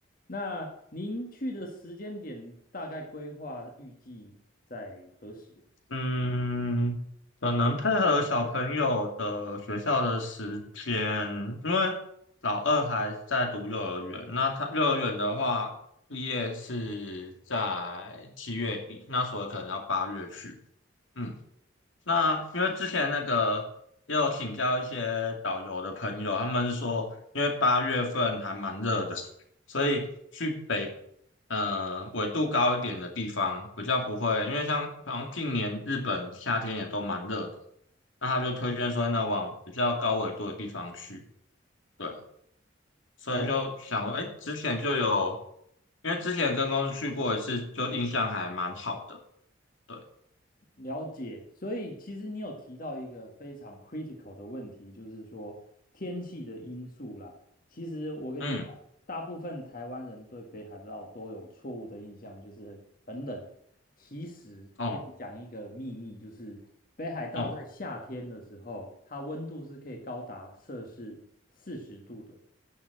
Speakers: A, on the left; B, on the left.
A: 那您去的时间点大概规划预计在何时？
B: 嗯，可能配合小朋友的学校的时间，因为老二还在读幼儿园，那他幼儿园的话，毕业是在七月底，那所以可能要八月去。嗯。那因为之前那个也有请教一些导游的朋友，他们是说，因为八月份还蛮热的，所以去北呃纬度高一点的地方比较不会，因为像好像近年日本夏天也都蛮热的，那他就推荐说那往比较高纬度的地方去，对，所以就想说，
A: 哦，
B: 哎，之前就有，因为之前跟公司去过一次，就印象还蛮好的，对，
A: 了解，所以其实你有提到一个非常 critical 的问题，就是说天气的因素啦。其实我跟你讲，
B: 嗯，
A: 大部分台湾人对北海道都有错误的印象，就是很冷。其实跟你讲一个秘密，
B: 哦，
A: 就是北海道在夏天的时候，
B: 哦，
A: 它温度是可以高达摄氏四十度的。